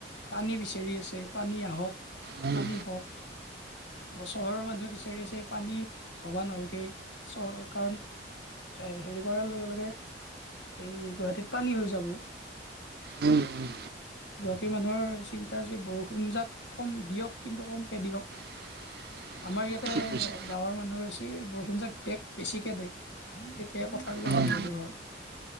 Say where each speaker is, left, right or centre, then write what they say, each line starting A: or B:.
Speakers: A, on the left; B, on the right.
A: পানী বিচাৰি আছে, পানী আহক
B: উম,
A: পানী হওক আকৌ চহৰৰ মানুহে পিছ পানী হবা নালাগে, চ, কাৰণ এ, হেৰি কৰাৰ লগে, লগে এই গুৱাহাটীত পানী হৈ যাব।
B: উম, উম।
A: গুৱাহাটীৰ মানুহৰ চিন্তা যে, বৰষুণ যাক কম দিয়ক, কিন্তু কমকে দিয়ক।
B: <inaudible>
A: আমাৰ ইয়াতে
B: ঠিক কৈছা।
A: গাঁৱৰ মানুহ হৈছে বৰষুণজাক ডেক বেছিকে ডেক তেতিয়াই পথাৰবিলাক
B: উম,
A: এৰি ল'ব ধৰ